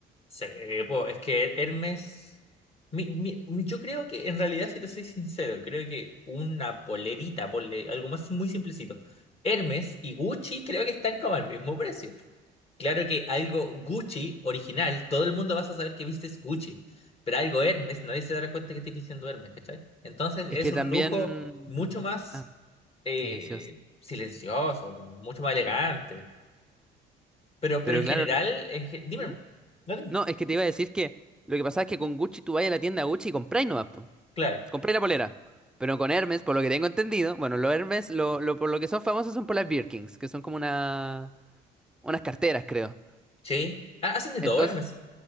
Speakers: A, on the left; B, in the centre.
A: Se- eh, po, es que E-, Hermes, mi- mi- mi- yo creo que en realidad, si te soy sincero, creo que una polerita, ponle algo más muy simplecito. Hermes y Gucci creo que están como al mismo precio. Claro que algo Gucci original, todo el mundo vas a saber que vistes Gucci, pero algo Hermes, nadie se dará cuenta que estoy diciendo Hermes, ¿cachai? Entonces
B: Es
A: es
B: que
A: un
B: también...
A: lujo mucho más
B: Ah,
A: eh,
B: silencioso.
A: silencioso, mucho más elegante. Pero,
B: Pero
A: pero en
B: claro,
A: general, en ge- dime,
B: ¿Mm?
A: nomás. No, dime.
B: no, es que te iba a decir que lo que pasa es que con Gucci tú vas a la tienda Gucci y compráis nomás, po.
A: Claro.
B: Compré la polera. Pero con Hermes, por lo que tengo entendido, bueno, los Hermes, lo, lo- por lo que son famosos son por las Birkins, que son como una, unas carteras, creo.
A: Sí. Ah, hacen de
B: Entonces,
A: todo, Hermes.